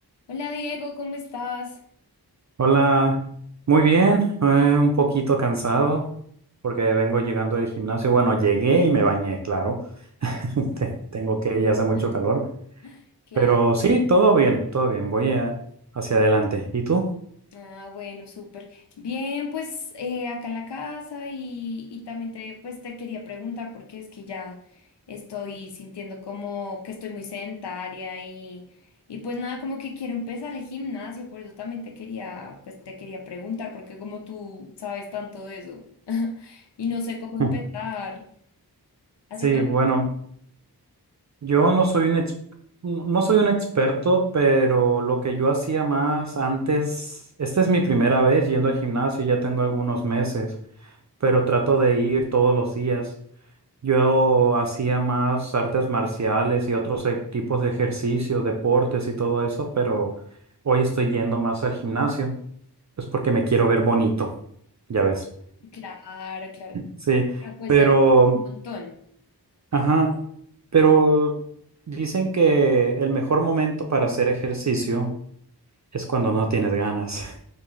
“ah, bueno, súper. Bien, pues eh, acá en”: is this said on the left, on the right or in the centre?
Left